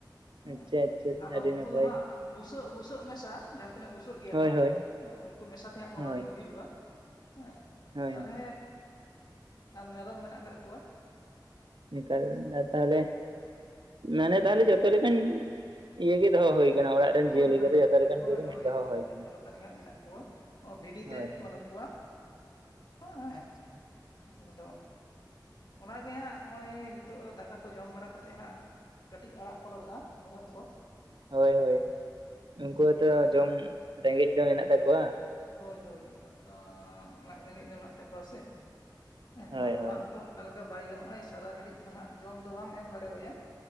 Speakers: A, on the left (about 60°); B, on the right (about 80°).
A: ᱦᱮᱸ
B: ᱟᱪᱪᱷᱟ ᱟᱪᱪᱷᱟ
A: ᱟᱫᱚ
B: ᱟᱹᱰᱤ
A: ᱩᱱᱠᱩ
B: ᱱᱟᱯᱟᱭ
A: ᱫᱚ ᱦᱟᱸᱜ ᱵᱩᱥᱟᱹᱜ ᱵᱩᱥᱟᱹᱜ ᱢᱮᱥᱟ ᱡᱟᱦᱟᱸ ᱛᱤᱱᱟᱹᱜ ᱵᱩᱥᱟᱹᱜ ᱜᱮᱭᱟ
B: ᱦᱳᱭ
A: ᱠᱚ
B: ᱦᱳᱭ
A: ᱦᱮᱸ ᱩᱱᱠᱩ ᱢᱮᱥᱟ ᱛᱮᱦᱟᱸᱜ ᱯᱚᱱᱨᱚᱴᱤ
B: ᱦᱳᱭ
A: ᱠᱚ ᱦᱩᱭᱩᱜᱼᱟ᱾ ᱦᱮᱸ
B: ᱦᱳᱭ
A: ᱛᱟᱦᱚᱞᱮ
B: ᱦᱳᱭ᱾
A: ᱟᱨ ᱢᱮᱨᱚᱢ ᱢᱮᱱᱟᱜ ᱠᱟᱜ ᱠᱚᱣᱟ᱾
B: <unintelligible>
A: ᱦᱮᱸ
B: ᱛᱟᱦᱚᱞᱮ ᱢᱟᱱᱮ ᱛᱟᱦᱚᱞᱮ ᱡᱚᱛᱚ ᱞᱮᱠᱟᱱ ᱤᱭᱟ ᱜᱮ ᱫᱚᱦᱚ ᱦᱩᱭ ᱟᱠᱟᱱᱟ ᱚᱲᱟᱜ ᱨᱮᱱ
A: ᱦᱳᱭ
B: ᱡᱤᱭᱟᱹᱞᱤ
A: ᱦᱳᱭ
B: ᱠᱚᱫᱚ
A: ᱦᱳᱭ
B: ᱡᱚᱛᱚ ᱞᱮᱠᱟᱱ
A: ᱦᱳᱭ
B: ᱠᱚ
A: ᱦᱳᱭ
B: ᱢᱤᱫ ᱫᱷᱟᱣ ᱦ
A: ᱡᱚᱛᱚ
B: ᱠᱟᱱᱟ
A: ᱞᱮᱠᱟᱱ ᱜᱮ ᱦᱟᱸᱜ ᱢᱮᱱᱟᱜ ᱠᱚᱣᱟ ᱵᱷᱤᱰᱤ ᱛᱮᱫ
B: ᱦᱳᱭ ᱦᱳᱭ
A: ᱵᱟᱹᱱᱩᱜ ᱠᱚᱣᱟ ᱦᱮᱸ
B: ᱟᱪᱪᱷᱟ,
A: ᱦᱮᱸ ᱟᱫᱚ ᱚᱱᱟᱜᱮ ᱦᱟᱸᱜ ᱱᱚᱜᱼᱚᱭ ᱱᱤᱛᱚᱜ ᱫᱚ ᱫᱟᱠᱟ ᱠᱚ ᱡᱚᱢ ᱵᱟᱲᱟ ᱠᱟᱛᱮᱫ ᱦᱟᱸᱜ ᱠᱟᱹᱴᱤᱡ ᱟᱲᱟᱜ ᱠᱚ ᱞᱟᱜᱟᱜᱼᱟ ᱢᱮᱨᱚᱢ ᱠᱚ
B: ᱦᱳᱭ ᱦᱳᱭ ᱩᱱᱠᱩ
A: ᱩᱱᱠᱩᱣᱟᱜ
B: ᱦᱚᱸᱛᱚ
A: ᱛᱚ
B: ᱡᱚᱢ ᱨᱮᱸᱜᱮᱡ ᱫᱚ ᱢᱮᱱᱟᱜ ᱛᱟᱠᱚᱣᱟ
A: ᱦᱳᱭ ᱦᱳᱭ ᱩᱱᱠᱩᱣᱟᱜ ᱛᱚ ᱞᱟᱡ ᱨᱮᱸᱜᱮᱡ ᱫᱚ ᱢᱮᱱᱟᱜ ᱛᱟᱠᱚᱣᱟ ᱥᱮ ᱦᱮᱸ
B: ᱦᱳᱭ
A: ᱟᱨ ᱚᱲᱟᱜ
B: ᱦᱳᱭ
A: ᱨᱮᱛᱚ ᱚᱱᱠᱟ ᱞᱮᱠᱟ ᱵᱟᱭ ᱜᱟᱱᱚᱜᱼᱟ ᱥᱟᱨᱟ ᱜᱷᱟᱹᱲᱤᱡ ᱫᱚ ᱦᱟᱜ ᱡᱚᱢ ᱫᱚ ᱵᱟᱢ ᱮᱢ ᱫᱟᱲᱮᱣᱟᱭᱟ